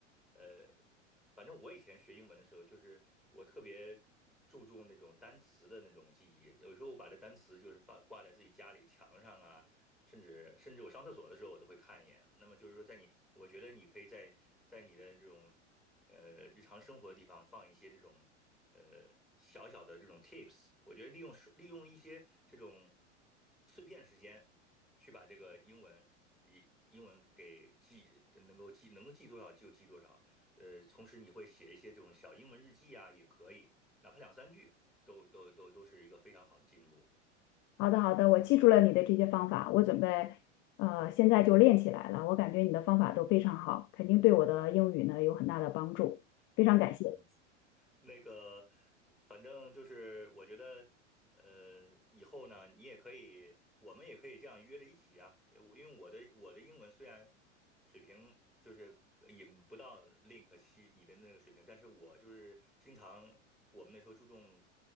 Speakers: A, in the centre; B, on the left.
A: 呃，反正我以前学英文的时候，就是我特别注重那种单词的那种记忆，有时候我把这单词就是放挂在自己家里墙上啊。甚至甚至我上厕所的时候，我都会看一眼。那么就是说，在你，我觉得你可以在在你的这种呃日常生活的地方放一些这种呃小小的这种 tips，我觉得利用利用一些这种碎片时间去把这个英文英英文给记，能够记能够记多少就记多少。呃，同时你会写一些这种小英文日记啊，也可以，哪怕两三句都都都都是一个非常好的进步。
B: 好的，好的，我记住了你的这些方法，我准备呃现在就练起来了。我感觉你的方法都非常好，肯定对我的英语呢有很大的帮助，非常感谢。
A: 嗯嗯。那个，反正就是我觉得，呃，以后呢，你也可以，我们也可以这样约着一起啊。我因为我的我的英文虽然水平就是也不到 Link 七你的那个水平，但是我就是经常我们那时候注重